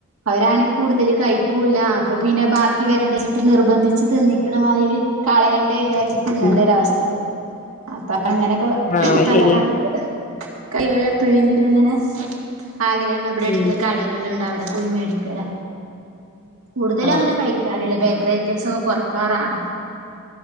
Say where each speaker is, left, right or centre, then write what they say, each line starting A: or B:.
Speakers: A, on the right; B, on the left.
A: അവരാണെങ്കി കൂടുതല് കഴിക്കൂല്ല ആഹ് അപ്പ പിന്നെ ബാക്കി വരണ്ടേച്ചിട്ട് നിർബന്ധിച്ച് തിന്നിക്കണമാതിരി കളയേണ്ടേ വിചാ രിച്ച് തിന്നേണ്ടൊരവസ്ഥ
B: ഉം
A: വരും അപ്പൊ അങ്ങനെക്കെ
B: ആഹ്
A: പലഹാരൊക്കെ
B: ശരിയാ
A: കൈകൾ എപ്പോഴെങ്കിലുംങ്ങനെ ആഗ്രഹംഉണ്ട് ബടെ അടുത്ത്
B: ഉം
A: കടകളുണ്ട് അവിടെ പോയി മേടി ക്കലാ കൂടുതലൊങ്ങനെ
B: ആഹ്
A: കഴിക്കാറില്ല ബേക്കറി ഐറ്റംസ് ഒക്കെ കൊറക്കാറാണ്.